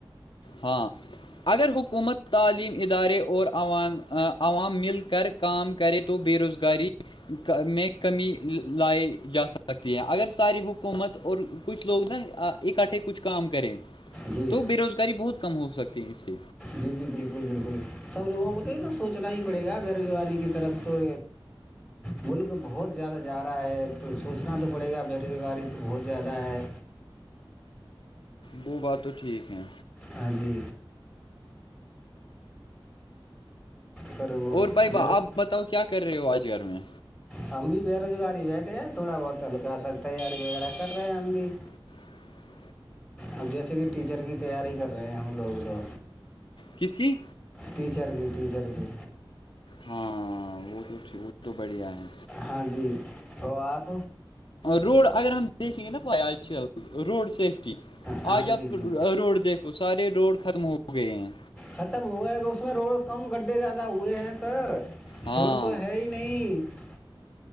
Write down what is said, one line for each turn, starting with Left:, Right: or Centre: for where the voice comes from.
Left: ہاں اگر حکومت تعلیم ادارے اور عوام عوام مل کر کام کرے تو بے روزگاری میں کمی لائی جا سکتی ہے اگر ساری حکومت اور کچھ لوگ نا اکٹھے کچھ کام کریں
Centre: جی
Left: تو بے روزگاری بہت کم ہو سکتی ہیں اس سے
Centre: جی جی بالکل بالکل سب لوگوں کو تو یہ تو سوچنا ہی پڑے گا بے روزگاری کی طرف تو ملک بہت زیادہ جا رہا ہے تو سوچنا تو پڑے گا بےروزگاری تو بہت زیادہ ہے
Left: وہ بات تو ٹھیک ہے
Centre: ہاں جی پر وہ
Left: اور بھائی
Centre: بے
Left: ب آپ
Centre: روز
Left: بتاؤ کیا کر رہے ہو آج گھر میں
Centre: ہم بھی بے روزگاری بیٹھے ہیں تھوڑا بہت ہلکا سا تیاری وغیرہ کر رہے ہیں ہم بھی
Left: <unintelligible>
Centre: اب جیسے کہ ٹیچر کی تیاری کر رہے ہیں ہم لوگ جو
Left: کس کی
Centre: ٹیچر کی ٹیچر کی
Left: ہاں وہ تو وہ تو بڑھیا ہے
Centre: ہاں جی تو آپ
Left: روڈ اگر ہم دیکھیں گے نا روڈ سیفٹی ج
Centre: ہاں
Left: آج آپ
Centre: جی جی
Left: روڈ دیکھو سارے روڈ ختم ہو گئے ہیں
Centre: ختم ہوئے کہ اس میں روڈ کم گڈھے زیادہ ہوئے ہیں سر
Left: ہاں
Centre: روڈ تو ہے ہی نہیں نہیں